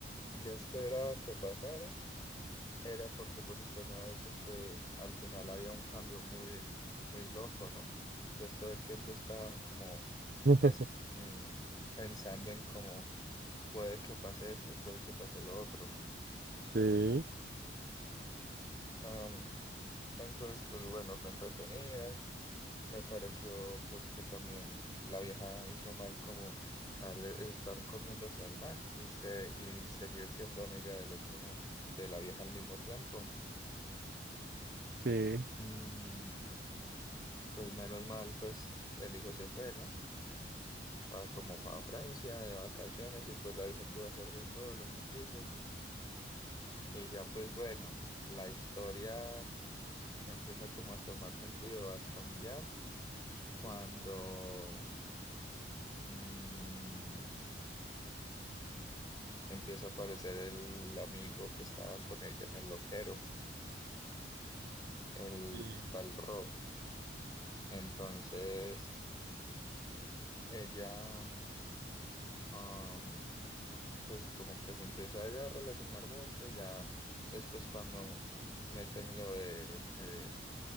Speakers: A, on the left (about 20°); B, on the right (about 55°).
A: Ya esperaba que pasara, era porque pues usted me ha dicho que al final había un cambio muy, muy loco, ¿no? Entonces todo el tiempo estaba como
B: <laughs>
A: es, mm, pensando en cómo puede que pase esto, puede que pase lo otro.
B: Sí,
A: Am, entonces pues bueno, fue entretenida. Me pareció pues que también la vieja hizo mal como al estar comiéndose al man y, se, y seguir siendo amiga del otro, de la vieja al mismo tiempo.
B: sí,
A: Mm, Pues menos mal, pues el hijo se fue, ¿no? Pa- como para Francia de vacaciones y pues la hija pudo hacer de todo lo que quiso. Y ya pues bueno, la historia empieza como a tomar sentido, a cambiar cuando mm, empieza a aparecer el amigo que estaba con ella en el loquero, <laughs> el
B: sí.
A: tal Rob. Entonces ella, am, pues como que se empieza ya a relacionar mucho, ya después cuando meten lo de que